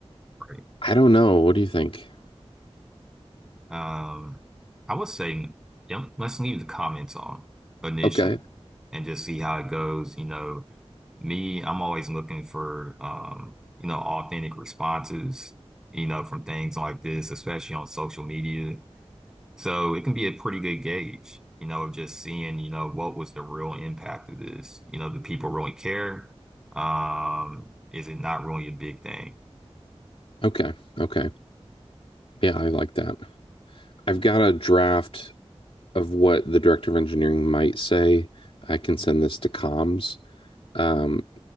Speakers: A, in the centre; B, on the left.
A: right.
B: I don't know. What do you think?
A: Um, I would say, yeah, let's leave the comments on initially,
B: Okay.
A: and just see how it goes. You know, me, I'm always looking for, um, you know, authentic responses. You know, from things like this, especially on social media. So it can be a pretty good gauge, you know, of just seeing, you know, what was the real impact of this? You know, do people really care? Um, is it not really a big thing?
B: Okay. Okay. Yeah, I like that. I've got a draft of what the director of engineering might say. I can send this to comms, um,